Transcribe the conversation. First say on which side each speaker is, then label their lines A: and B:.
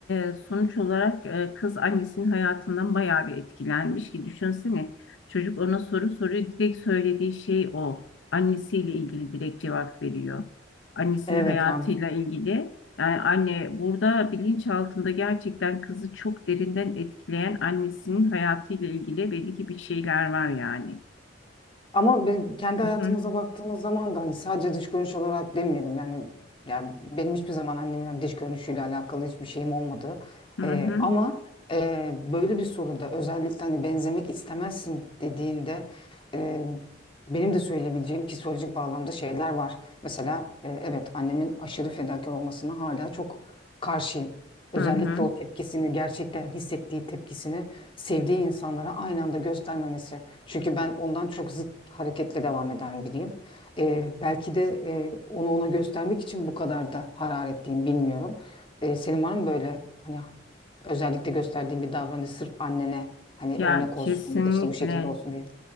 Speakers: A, on the left (about 80°); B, on the left (about 30°).
A: e, sonuç olarak e, kız annesinin hayatından bayağı bir etkilenmiş ki düşünsene çocuk ona soru soruyor direkt söylediği şey o annesiyle ilgili direkt cevap veriyor annesinin
B: Evet
A: hayatıyla
B: yani
A: ilgili yani anne burada bilinç altında gerçekten kızı çok derinden etkileyen annesinin hayatıyla ilgili belli ki bir şeyler var yani.
B: Ama ben- kendi
A: Hı
B: hayatımıza
A: hı
B: baktığımız zaman da hani sadece dış görünüş olarak demeyelim yani yani benim hiçbir zaman annemin hani dış görünüşüyle alakalı hiçbir şeyim olmadı.
A: hı
B: Ee,
A: hı.
B: ama e, böyle bir soruda özellikle hani benzemek istemezsin dediğinde e, benim de söyleyebileceğim psikolojik bağlamda şeyler var. Mesela e, evet annemin aşırı fedakar olmasına hala çok karşıyım. Özellikle
A: hı hı.
B: o tepkisini gerçekten hissettiği tepkisini sevdiği insanlara aynı anda göstermemesi. Çünkü ben ondan çok zıt hareketle devam eden biriyim. Ee, belki de e, onu ona göstermek için bu kadar da hararetliyim bilmiyorum. Ee, senin var mı böyle hani özellikle gösterdiğin bir davranış sırf annene hani
A: Ya
B: örnek
A: kesinlikle.
B: olsun ya da işte bu şekilde olsun diye?